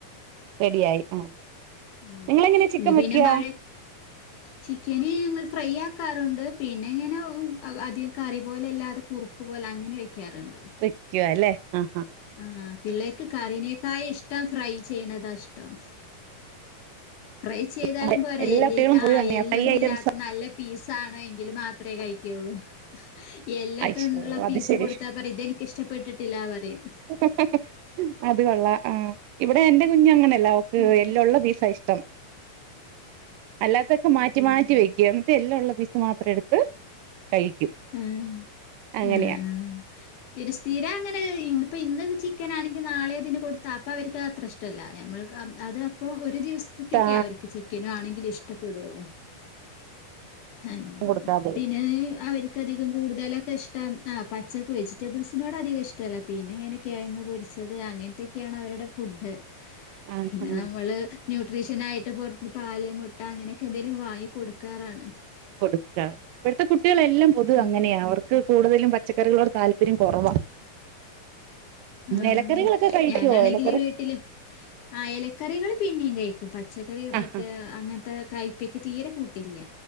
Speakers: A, on the right (about 75°); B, on the left (about 60°).
A: റെഡിയായി ആഹ്
B: ഉം
A: നിങ്ങളെങ്ങനെ ചിക്കൻ
B: ഇന്ന് പിന്നെ
A: വെക്ക്യാ
B: മഴ ചിക്കന് ങ്ങൾ ഫ്രൈ ആക്കാറുണ്ട് പിന്നെ ഇങ്ങനെ അതി കറി പോലല്ലാതെ കുറുക്ക് പോലങ്ങനെ വയ്ക്കാറുണ്ട്
A: വയ്ക്കു അല്ലെ ഉം
B: ആഹ് പിള്ളേർക്ക് കറീനേക്കായി ഇഷ്ടം ഫ്രൈ ചെയ്ണതാഷ്ടം ഫ്രൈ ചെയ്താലും
A: അതെ
B: പോരാ
A: എല്ലാ
B: എല്ലിൽ
A: കുട്ടികളും പോയി
B: ആഹ്
A: അങ്ങനെയാ
B: എല്ലൊന്നും
A: ഫ്രൈ ഐറ്റംസ്
B: ഇല്ലാത്ത നല്ല പീസാണോ എങ്കിലും മാ ത്രേ കഴിക്കുള്ളൂ എല്ലൊക്കെള്ള
A: അയ്ശോ അത്
B: പീസ്
A: ശരി
B: കൊടുത്ത പറിം ഇതെ ഇഷ്ടപ്പെട്ടിട്ടില്ല പറിം
A: <unintelligible> അത് കൊള്ളാം ആഹ് ഇവിടെ എന്റെ കുഞ്ഞങ്ങനല്ല അവക്ക്
B: ഉം
A: എല്ലുള്ള പീസാഷ്ടം അല്ലാത്തൊക്കെ മാറ്റി മാറ്റി വെക്കും ഇതെല്ലുള്ള പീസ് മാത്രം എടുത്ത് കഴിക്കും
B: ഉം
A: അങ്ങനെയാ
B: ഉ ഉം ഇത് സ്ഥിര അങ്ങനെ ചെയ്യ്ന്ന് പ്പം ഇന്ന് ചിക്കനാണെങ്കി നാളെ അതിന് കൊടുത്താ അപ്പോൾ അവർക്ക് അത്ര ഇഷ്ടല്ല ഞമ്മൾ അത് അപ്പോ ഒരു ദിവസത്തക്കൊക്കെയ
A: ഇഷ്ടാ
B: അവർക്ക് ചിക്കനും ആണെങ്കിലും ഇഷ്ടപെടോള്ളൂ അങ്ങന
A: കൊടുക്കാതെ
B: പിന്നെ അവര് അധികം കൂട്തലൊക്കെ ഇഷ്ടം ആ പച്ചക്ക് വെജിറ്റബിൾസിനോട് അധികം ഇഷ്ടല്ല പിന്നെ ഇങ്ങനെ കേങ്ങ് പൊരിച്ചത് അങ്ങനത്തൊക്കെയാണ് അവരുടെ ഫുഡ്
A: ആ
B: പിന്നാ
A: ആ
B: നമ്മള് ന്യൂട്രീഷനായിട്ട് പുറത്ത് പാല് മുട്ട അങ്ങനെയൊക്കെ എന്തെങ്കിലും വാങ്ങി കൊടുക്കാറാണ്
A: കൊടുക്കാ ഇപ്പത്തെ കുട്ടികളെല്ലാം പൊതു അങ്ങനെയ
B: ഉം.
A: അവർക്ക് കൂടുതലും പച്ചക്കറികളോട് താല്പര്യം കൊറവാ
B: ആഹ്
A: ഇലക്കറികളൊക്കെ കഴിക്കുവോ
B: ഞാനാണെങ്കില്
A: ഇലക്കറി
B: വീട്ടില് ആഹ്, എലക്കറികൾ പിന്നെയും കഴിക്കും പച്ചക്കറി
A: ആ
B: മറ്റേ
A: ആ
B: അങ്ങനത്തെ കയ് ഉപ്പക്ക് തീരെ കൂട്ടില്ല